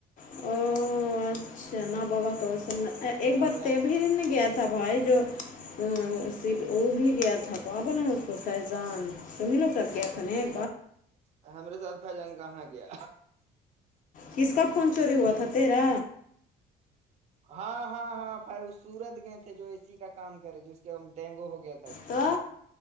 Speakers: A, on the left; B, on the right.
A: <unintelligible> اچھا ن بابا تو وس ایک
B: ہم
A: بار
B: لگ
A: بھی نے گیا تھا بھائی جو <unintelligible> <unintelligible> وہ بھی گیا تھا پابا نے اس کو فیضان تو ملو کے ساتھ گیا تھا ن
B: ر ہمرے سھ بھائی جان کہاں گیا
A: کس کپ کوون چوری ہوا تھا تیرا
B: ہاں ہاں ہاں پھائی وہ سورت گئے تھے جو اے سی کا کام کرے ج اسس کے ڈینگو ہو گیا تھا
A: تو
B: کو <unintelligible> <unintelligible>